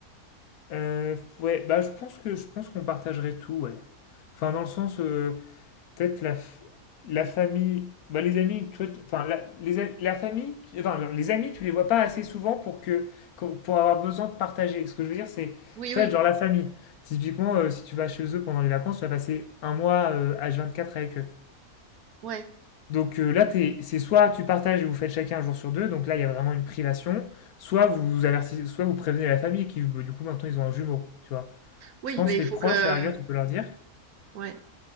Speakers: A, on the left (about 75°); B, on the right (about 75°).
A: Heu, ouais, bah, je pense que je pense qu'on partagerait tout, ouais. Enfin, dans le sens, heu, peut-être la f la famille, bah, les amis, tu vois, t enfin, la les a la famille, tu enfin, non, les amis, tu les vois pas assez souvent pour que qu'on pour avoir besoin de partager. Ce que je veux dire, c'est,
B: Oui,
A: tu
B: oui,
A: vois, genre la famille, typiquement, heu, si tu vas chez eux pendant les vacances, tu vas passer un mois, heu, H24 avec eux.
B: ouais.
A: Donc euh, là, c'est soit tu partages et vous faites chacun un jour sur deux, donc là, il y a vraiment une privation, soit vous avertissez, soit vous prévenez la famille qui, bah, du coup, maintenant, ils ont un jumeau, tu vois.
B: Oui,
A: Je pense
B: mais il
A: les
B: faut
A: proches,
B: que.
A: à la rigueur, tu peux leur dire.
B: Ouais,